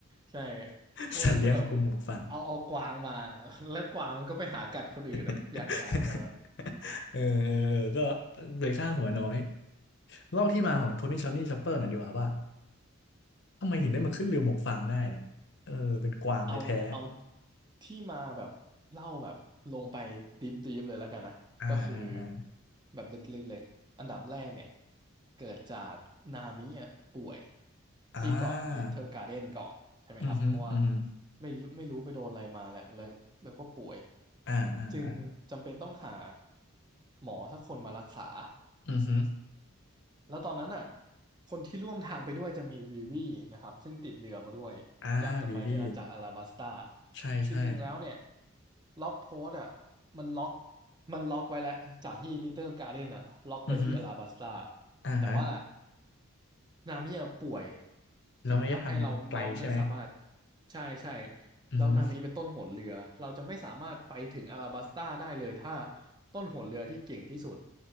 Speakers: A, on the right; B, on the left.
A: ใช่
B: <laughs>
A: พวกนั้นคือแบบ
B: สัตว์เลี้ยงของกลุ่มหมวกฟาง
A: เอาเอากวางมา <laughs> แล้วกวางมันก็ไปหากัดคนอื่นอะอย่างหาตอนนั้น
B: <laughs> เออเออเออก็เลยค่าหัวน้อยเล่าที่มาของโทนี่ชอนนี่ชอปเปอร์หน่อยดีกว่าว่าทำไมถึงได้มาขึ้นเรือหมวกฟางได้เนี่ยเออเป็นกวางแท้
A: เอาเอาที่มาแบบเล่าแบบลงไปดิฟดิฟเลยแล้วกันนะก็คือ
B: ๆอ่าอ่าอ่า
A: แบบลึกๆเลยอันดับแรกเนี่ยเกิดจากนามิอ่ะป่วย
B: อ่า
A: ที่เกาะลิ t เทิลการ์เด้นก่อนใช่ไหมครับเพราะว่า
B: อือฮึอือฮึ
A: ไม่รู้ไม่รู้ไปโดนอะไรมาแหละแล้วแล้วก็ป่วย
B: อ่าอ่าอ่า
A: จึงจำเป็นต้องหาหมอสักคนมารักษา
B: อือฮึ
A: แล้วตอนนั้นอ่ะคนที่ร่วมทางไปด้วยจะมีวีวีนะครับซึ่งติดเรือมาด้วยอยากจะไปที่อาณาจักรอาราบัสตา
B: อ่าวีวี ใช่ใช่
A: จริงๆ แล้วเนี่ยล็อกโพสต์อ่ะมันล็อกมันล็อกไว้แล้วจากที่ Little Garden อ่ะล็อกไปที่อลาบัสตา
B: อือฮึอ่าฮะ
A: แต่ว่านามิอะป่วย
B: แล้วระยะทางมันไกลใช่ไหม
A: ถึงทำให้เราเราไม่สามารถใช่ใช่
B: อือฮึ
A: แล้วนามิเป็นต้นหนเรือเราจะไม่สามารถไปถึงอลาบัสตาได้เลยถ้าต้นหนเรือที่เก่งที่สุด